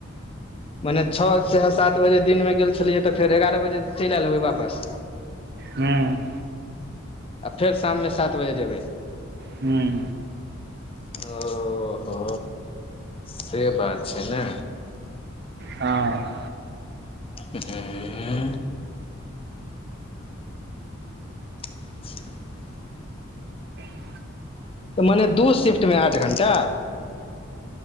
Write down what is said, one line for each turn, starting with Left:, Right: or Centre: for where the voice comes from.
Left: मने छ चाहे सात बजे दिनमे गेल छलियै तऽ फेर एगारह बजे चलि आयल हेबै वापस
Right: हूँ
Left: आ फेर शाममे सात बजे जेबै
Right: ह्म
Left: ओहो से बात छै ने
Right: हँ
Left: एहै <inaudible>
Right: ह <inaudible> <inaudible>
Left: तऽ मने दू शिफ्ट मे आठ घण्टा